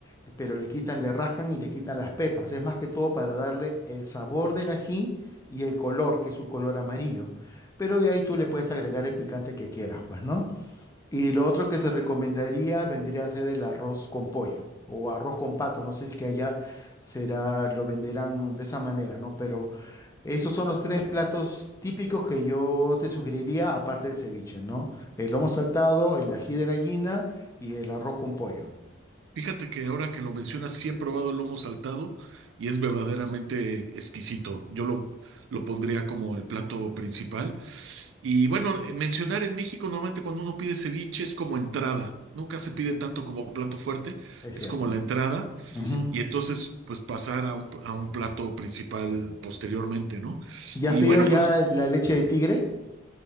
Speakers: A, on the left; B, on the right.
A: y- pero le quitan, le rascan y le quitan las pepas. Es más que todo para darle el sabor del ají y el color, que es un color amarillo. Pero de ahí tú le puedes agregar el picante que quieras, pues, ¿no? Y lo otro que te recomendaría vendría a ser el arroz con pollo o arroz con pato. No sé si es que allá será, lo venderán de esa manera, ¿no? Pero esos son los tres platos típicos que yo te sugeriría, aparte del ceviche, ¿no? El lomo saltado, el ají de gallina y el arroz con pollo.
B: Fíjate que ahora que lo mencionas, sí he probado el lomo saltado y es verdaderamente exquisito. Yo lo, lo pondría como el plato principal. Y bueno, eh, mencionar en México normalmente cuando uno pide ceviche es como entrada. Nunca se pide tanto como plato fuerte,
A: Es
B: es
A: cierto,
B: como
A: ¿no?
B: la entrada
A: Ujú.
B: y entonces pues pasar a un, a un plato principal posteriormente, ¿no?
A: ¿Ya
B: Y
A: has pedido
B: bueno,
A: ya
B: pues
A: la leche de tigre?